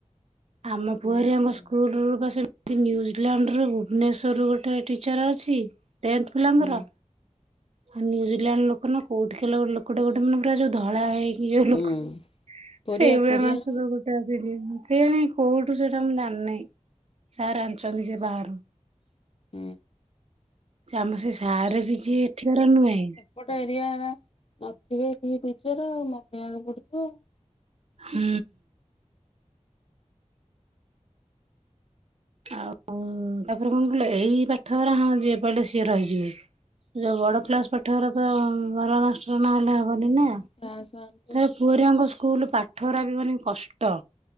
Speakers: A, on the right (about 55°); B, on the left (about 50°).
A: ଆମ ପୁଅ
B: ଓହୋ।
A: ହେରିଆଙ୍କ ସ୍କୁଲରୁ ବା ସେ ନ୍ୟୁଜିଲାଣ୍ଡ ରୁ ଭୁବନେଶ୍ଵର ରୁ ଗୋଟେ ଟିଚର୍ ଅଛି ଟେନ୍ଥ ପିଲାଙ୍କର।
B: ହୁଁ
A: ଆଉ ନ୍ୟୁଜିଲାଣ୍ଡ ଲୋକ ନା କୋଉଠିକା ଲୋକଟେ ଗୋଟେ ମାନେ ପୁରା ଯୋଉ ଧଳା ହେଇ ଯଉ
B: ହୁଁ
A: ଲୋକ
B: କୋରିଆ
A: ସେଇଭଳିଆ
B: କୋରିଆ
A: <unintelligible>
B: ଲୋକ
A: <unintelligible> କେଜାଣି କୋଉଠୁ ସେଟା ମୁଁ ଜାଣିନେଇଁ, ସାର୍ ଆଣିଛନ୍ତି ସେ ବାହାରୁ।
B: ହୁଁ
A: ସେ ଆମ ସେ ସାରରେ ବି ଯଏ ଏଠିକାର ନୁହେଁ।
B: ଗୋଟ ଏରିଆର ନଥିବେ କେହି ଟିଚର୍ ଆଉ ମଗେଇବାକୁ ପଡୁଥିବ ଆଉ।
A: ହୁଁ। ଆଉ ତାପରେ କଣ କହିଲ ଏଇ ପାଠରା ହଁ ଯିଏ ପାଇଲେ ସିଏ ରହିଯିବେ। ଯୋଉ ବଡ କ୍ଲାସ୍ ପାଠ ଗୁରାକ ଭଲ ମାଷ୍ଟର ନହେଲେ ହବନି ନା।
B: ଖ ଶ <inaudible>
A: <unintelligible> ପୁଅ ହେରିଅଙ୍କ ସ୍କୁଲ୍ ପାଠରା ବି ମାନେ କଷ୍ଟ।